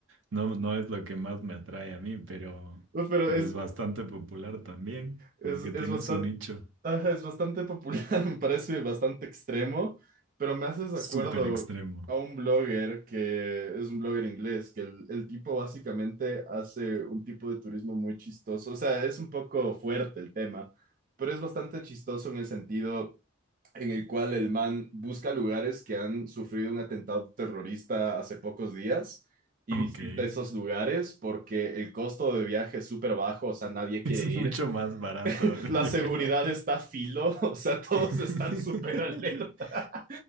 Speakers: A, on the right; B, on the right.
A: no, no es lo que más me atrae a mí, pero,
B: no, pero
A: pero
B: es,
A: es bastante popular también.
B: Es,
A: Como que tiene
B: es bastante,
A: su nicho
B: ajá, es bastante popular, <laughs> me parece bastante extremo, pero me haces acuerdo
A: súper extremo.
B: a un blogger que es un blogger inglés, que el, el tipo básicamente hace un tipo de turismo muy chistoso, o sea, es un poco fuerte el tema, pero es bastante chistoso en el sentido en el cual el man busca lugares que han sufrido un atentado terrorista hace pocos días y
A: Ok,
B: visita esos
A: <laughs>
B: lugares porque el costo de viaje es súper bajo, o sea, nadie quiere
A: es
B: ir
A: mucho más barato <laughs>
B: la
A: viajar.
B: seguridad está a filo, <laughs> o sea, todos
A: <laughs>
B: están súper alerta. <laughs>